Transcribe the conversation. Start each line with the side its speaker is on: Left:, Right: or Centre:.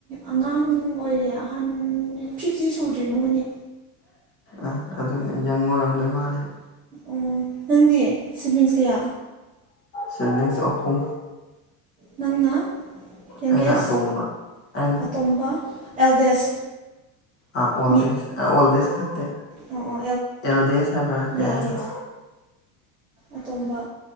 Right: ꯑꯉꯥꯡ ꯑꯣꯏꯔꯦ ꯑꯍꯟꯗꯤ ꯐꯤꯞꯇꯤ ꯁꯨꯗ꯭ꯔꯤ ꯃꯍꯣꯏꯅꯤ
Left: ꯑꯥ ꯑꯗꯨꯨꯅꯦ ꯌꯪ ꯑꯣꯏꯔꯝꯗꯣꯏ ꯃꯥꯜꯂꯦꯕ
Right: ꯎꯝ ꯅꯪꯗꯤ ꯁꯤꯕ꯭ꯂꯤꯡꯁ ꯀꯌꯥ
Left: ꯁꯤꯕ꯭ꯂꯤꯡꯁ ꯑꯍꯨꯝ
Right: ꯅꯪꯅ ꯊꯤꯡꯒꯦꯁ
Left: ꯑꯩꯅ ꯑꯇꯣꯝꯕ ꯑꯩꯅ
Right: ꯑꯥꯇꯣꯝꯕ ꯑꯦꯜꯗꯦꯁ
Left: ꯑ ꯑꯣꯜꯗꯦꯁ
Right: ꯃꯤ
Left: ꯑꯦ ꯑꯣꯜꯗꯦꯁ ꯅꯠꯇꯦ
Right: ꯑꯣ ꯑꯣ
Left: ꯑꯦꯜꯗꯦꯁ ꯍꯥꯏꯕ꯭ꯔ
Right: ꯌꯥ
Left: ꯀꯩ ꯍꯥꯏꯕ
Right: ꯌꯥ ꯑꯇꯣꯝꯕ